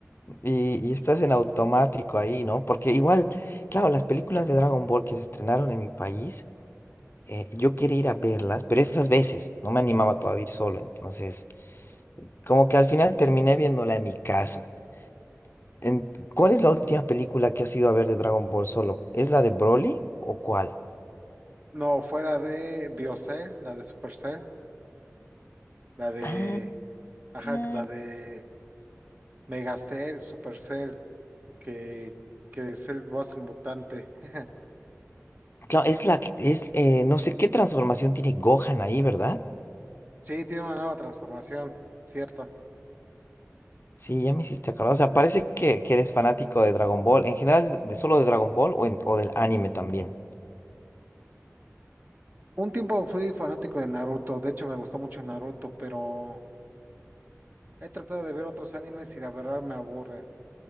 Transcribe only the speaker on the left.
Y, y estás en automático ahí, ¿no? Porque igual, claro, las películas de Dragon Ball que se estrenaron en mi país, eh, yo quería ir a verlas, pero esas veces no me animaba todavía a ir solo. Entonces, como que al final terminé viéndola en mi casa. En- ¿cuál es la última película que has ido a ver de Dragon Ball solo? ¿Es la de Broly o cuál?
Ah,
ah,
Claro, es la que es, eh, no sé qué transformación tiene Gohan ahí, ¿verdad?
Sí, ya me hiciste acordar. O sea, parece que, que eres fanático de Dragon Ball. En general, de, de solo de Dragon Ball o, en- o del anime también.